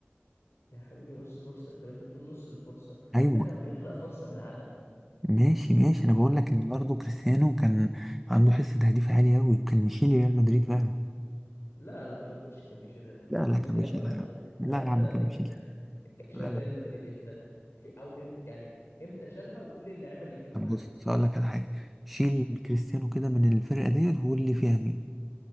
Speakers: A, on the left; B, in the centre.
A: يا حبيبي نص فرصة طب انت بتقول نص الفرصة
B: ايوه
A: ده كان بيخلق فرصة من العدم
B: ماشي ماشي انا بقول لك ان برضه كريستيانو كان عنده حس تهديف عالي قوي كان يشيل ريال مدريد فعلا
A: لا لا ما تقولش كان بيشيل ريال مدريد
B: لا لا
A: انت
B: كان
A: كده
B: بيشيلها
A: بقى
B: يا
A: لا،
B: عم
A: انت كده
B: لا
A: لا
B: يا عم
A: انت
B: كان
A: كده
B: بيشيلها
A: ك- شال
B: لا لا
A: ريال مدريد امتى في او امتى يعني امتى شالها وقول لي اللعيبه اللي كانوا
B: طب
A: معاه
B: بص هقول لك على حاجه شيل
A: <laughs>
B: كريستيانو كده من الفرقه ديت وقول لي فيها مين